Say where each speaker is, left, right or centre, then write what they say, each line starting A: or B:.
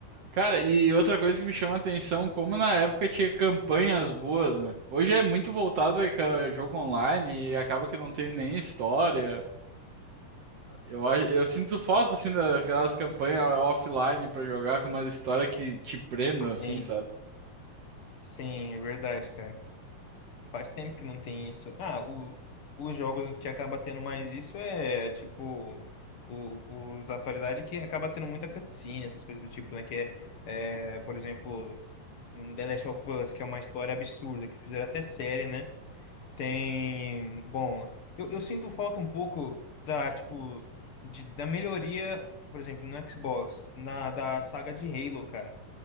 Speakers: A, on the right; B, on the left.
A: Cara, e outra coisa que me chama a atenção, como na época tinha campanhas boas, né? Hoje é muito voltado a ca- jogo online e acaba que não tem nem história. Eu, a- eu sinto falta, assim, daquelas campanhas offline pra jogar com uma história que te prenda, assim,
B: Sim,
A: sabe?
B: sim, é verdade, cara. Faz tempo que não tem isso. Ah, o, os jogos que acaba tendo mais isso é tipo o- os da atualidade que acaba tendo muita cutscene, essas coisas do tipo, né? Que é, é, por exemplo, um The Last of Us, que é uma história absurda, que fizeram até série, né? Tem, bom, eu, eu sinto falta um pouco da, tipo, de, da melhoria, por exemplo, no Xbox, na da saga de Halo, cara.